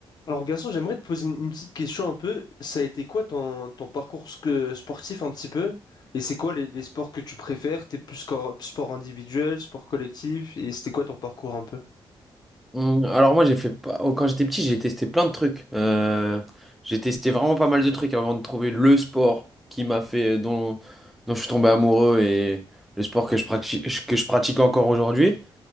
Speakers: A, on the left; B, in the centre.
A: Alors, garçon, j'aimerais te poser une une petite question un peu. Ça a été quoi ton, ton parcours sc- sportif un petit peu? Et c'est quoi les, les sports que tu préfères? T'es plus cor- sport individuel, sport collectif? Et c'était quoi ton parcours un peu?
B: Hum, Alors moi j'ai fait pas... oh, quand j'étais petit j'ai testé plein de trucs. Euh, j'ai testé vraiment pas mal de trucs avant de trouver le sport qui m'a fait euh, dont dont je suis tombé amoureux et le sport que je pratique que je pratique encore aujourd'hui.